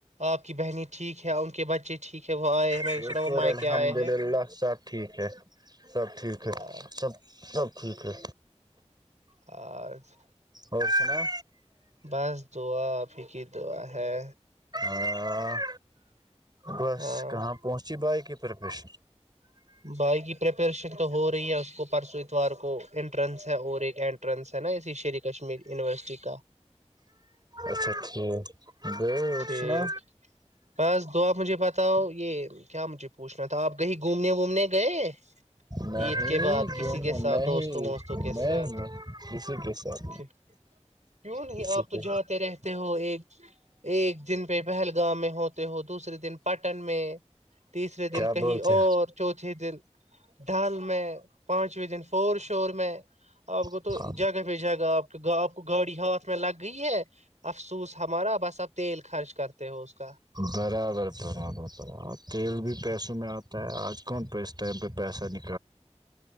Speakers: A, on the right; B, on the right.
A: آپ کی بہنی ٹھیک ہے ان کے بچے ٹھیک ہے وہ آئے ہیں میں
B: شکر
A: نے سنا وہ مائ
B: الحمد
A: کے آئے ہیں
B: للہ سب ٹھیک ہے سب ٹھیک ہے
A: ہاں
B: سب سب ٹھیک ہے
A: آج
B: اور سنا
A: بس دعا اپ ہی کی دعا ہے
B: ہاں بس
A: ہاں
B: کہاں پہنچی بائک کی پر واش
A: بھائی کی پریپریشن تو ہو رہی ہے اس کو پرسوں اتوار کو انٹرنس ہے اور ایک انٹرنس ہے نا اسی شیری کشمیر یونیورسٹی کا
B: اچھا ٹھیک گئے اٹسنا
A: ٹھیک بس دعا مجھے بتاؤ یہ کیا مجھے پوچھنا تھا آپ کہیں گھومنے وومنے گئے
B: نہیں
A: عید کے بعد کسی
B: گم
A: کے ساتھ
B: نہیں
A: دوستوں وستوں کے
B: نہیں
A: ساتھ
B: کسی کے ساتھ
A: کیوں نہیں
B: کسی
A: آپ تو
B: کے
A: جاتے رہتے ہو ایک ایک دن پہ پہلگام میں ہوتا ہو <unintelligible> دوسرے دن پٹن میں تیسرے
B: کیا
A: دن کہیں
B: بولتے
A: اور چوتھے دن ڈال میں پانچویں دن فور شور میں آپ کو
B: ہاں
A: تو جاگہ پہ جائے گا آپ آپ کو گاڑی ہھ میں لگ گئی ہے افسوس ہمارا بس اب تیل خرچ کرتے ہو اس کا
B: برابر برابر برابر تیل بھی پیسوں میں آتا ہے آج کون پہ اس ٹائم پہ پیسہ ن